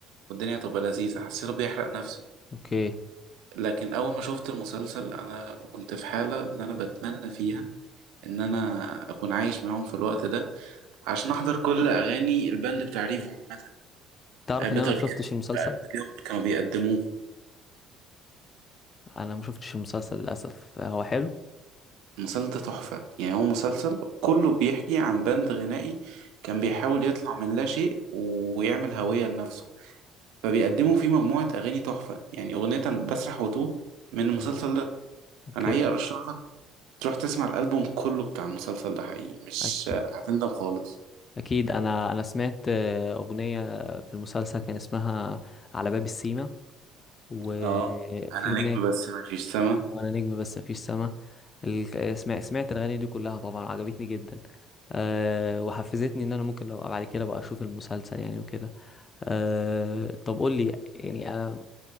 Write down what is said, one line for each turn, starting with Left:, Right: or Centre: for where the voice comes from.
Right: والدنيا تبقى لذيذه حسيته بيحرق نفسه
Left: اوكي
Right: لكن اول ما شفت المسلسل انا كنت في حالة ان انا بتمنى فيها ان انا اكون عايش معاهم في الوقت ده عشان احضر كل اغاني الباند بتاع ريفو عامة
Left: تعرف
Right: آه، بطريقتهم
Left: ان انا ما شفتش المسلسل
Right: بقى بالجو اللي كانوا بيقدموه
Left: انا ما شفتش المسلسل للاسف هو حلو
Right: المسلسل ده تحفة يعني هو مسلسل كله بيحكي عن باند غنائي كان بيحاول
Left: مم.
Right: يطلع من لا شيء ويعمل هوية لنفسه فبيقدموا فيه مجموعة أغاني تحفة يعني أغنية بسرح وتوه من المسلسل
Left: مم.
Right: ده
Left: اوكي
Right: أنا حقيقي أرشح تروح تسمع الألبوم كله بتاع المسلسل ده حقيقي مش
Left: أك-
Right: هتندم خالص
Left: اكيد انا انا سمعت آه، اغنيه في المسلسل كان اسمها على باب السيما وفي
Right: اه انا نجم
Left: اغنيه
Right: بس مفيش سما
Left: وانا نجم بس مفيش سما ال- سمع- سمعت الاغاني دي كلها طبعا عجبتني جدا أه وحفزتني ان انا ممكن لو بعد كده بقى اشوف المسلسل يعني وكده أه طب قول لي يعني انا